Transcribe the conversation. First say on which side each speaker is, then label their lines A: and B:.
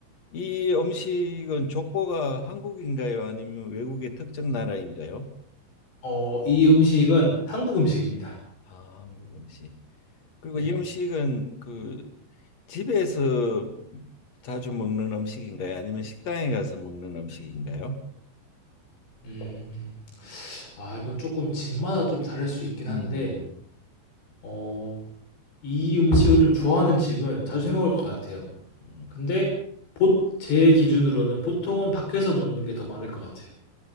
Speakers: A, on the left (about 45°); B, on the left (about 75°).
A: 이 음식은 족보가 한국인가요? 아니면 외국의 특정 나라인가요?
B: 어, 이 음식은 한국 음식입니다.
A: 아, 한국 음식. 그리고
B: 네.
A: 이 음식은 그 집에서 자주 먹는 음식인가요? 아니면 식당에 가서 먹는 음식인가요?
B: 음, 아, 이건 조금 집마다 좀 다를 수 있긴 한데,
A: 음. 음.
B: 어, 이 음식을 좀 좋아하는 집은 자주 해먹을 것 같아요.
A: 음.
B: 근데, 보, 제 기준으로는 보통은 밖에서 먹는 게 더 많을 것 같아요.